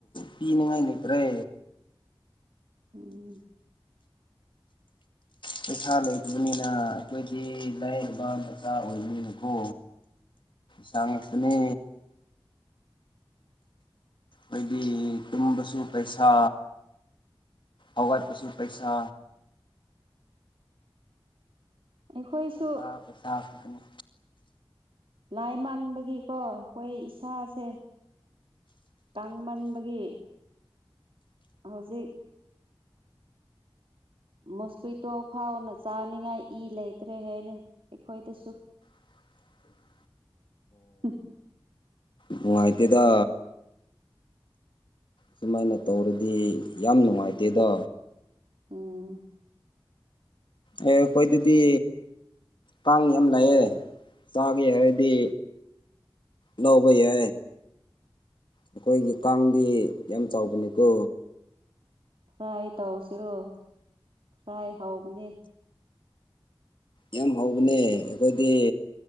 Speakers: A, on the left (about 60°); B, on the right (about 70°).
A: ꯄꯤꯅꯤꯡꯉꯥꯏ ꯂꯩꯇ꯭ꯔꯦ
B: ꯎꯝ
A: ꯄꯩꯁꯥ ꯂꯩꯇꯕꯅꯤꯅ ꯑꯩꯈꯣꯏꯗꯤ ꯂꯥꯏꯔꯕ ꯃꯆꯥ ꯑꯣꯏꯕꯅꯤꯅꯀꯣ ꯁꯒꯅꯤ ꯑꯩꯈꯣꯏꯗꯤ ꯇꯨꯝꯕꯁꯨ ꯄꯩꯁꯥ ꯑꯋꯥꯠ ꯄꯁꯨ ꯄꯩꯁꯥ
B: ꯑꯩꯈꯣꯏꯁꯨ
A: ꯄꯩꯁꯥ ꯄꯩꯁꯥꯅꯤ
B: ꯂꯥꯏ ꯃꯥꯟꯕꯒꯤꯀꯣ ꯑꯩꯈꯣꯏ ꯏꯁꯥꯁꯦ ꯇꯥꯡ ꯃꯟꯕꯒꯤ ꯍꯧꯖꯤꯛ ꯃꯣꯁꯄꯤꯇꯣ ꯐꯥꯎꯅ ꯆꯥꯅꯤꯡꯉꯥꯏ ꯏ ꯂꯩꯇ꯭ꯔꯦ ꯍꯥꯏꯅ ꯑꯩꯈꯣꯏꯗꯁꯨ
A: <unintelligible>
B: ꯎ
A: ꯅꯨꯉꯥꯏꯇꯦꯗꯥ ꯁꯨꯃꯥꯏꯅ ꯇꯧꯔꯗꯤ ꯌꯥꯝ ꯅꯨꯡꯉꯥꯏꯇꯦꯗ
B: ꯑꯝ
A: ꯑꯦ ꯑꯩꯈꯣꯏ ꯗꯗꯤ ꯀꯥꯡ ꯌꯥꯝ ꯂꯥꯛꯑꯦ ꯆꯥꯒꯦ ꯍꯥꯏꯔꯗꯤ ꯂꯧꯕ ꯌꯥꯏ ꯑꯩꯈꯣꯏꯒꯤ ꯀꯥꯡꯗꯤ ꯌꯥꯝ ꯆꯥꯎꯕꯅꯤꯀꯣ
B: ꯐ꯭ꯔꯥꯏ ꯇꯧꯁꯤꯔꯣ ꯐ꯭ꯔꯥꯏ ꯍꯧꯕꯅꯦ
A: ꯌꯥꯝ ꯍꯧꯕꯅꯦ ꯑꯩꯈꯣꯏꯗꯤ